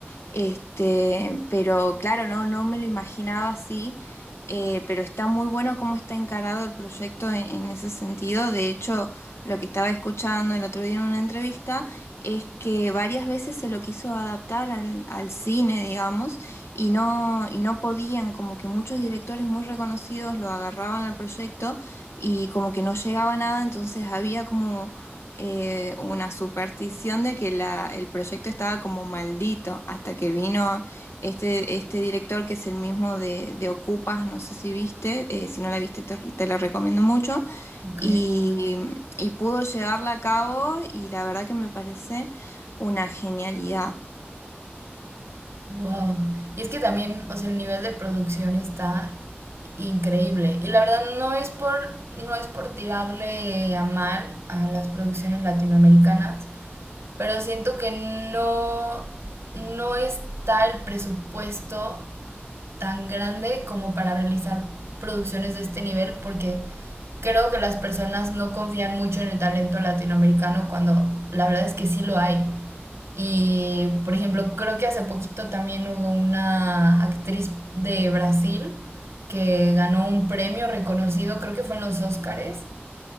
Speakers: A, on the left; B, on the right.
A: Este, pero claro, no, no me lo imaginaba así, eh, pero está muy bueno cómo está encarado el proyecto en, en ese sentido. De hecho, lo que estaba escuchando el otro día en una entrevista es que varias veces se lo quiso adaptar al, al cine, digamos, y no, y no podían, como que muchos directores muy reconocidos lo agarraban al proyecto y como que no llegaba a nada, entonces había como eh, una superstición de que la, el proyecto estaba como maldito, hasta que vino este, este director que es el mismo de, de Ocupas, no sé si viste, eh, si no la viste te, te la recomiendo mucho,
B: Ok,
A: y, y pudo llevarla a cabo y la verdad que me parece una genialidad.
B: wow. Y es que también, o sea, el nivel de producción está increíble. Y la verdad no es por, no es por tirarle a mal a las producciones latinoamericanas, pero siento que no, no está el presupuesto tan grande como para realizar producciones de este nivel porque creo que las personas no confían mucho en el talento latinoamericano cuando la verdad es que sí lo hay. Y por ejemplo, creo que hace poquito también hubo una actriz de Brasil que ganó un premio reconocido, creo que fue en los Óscares,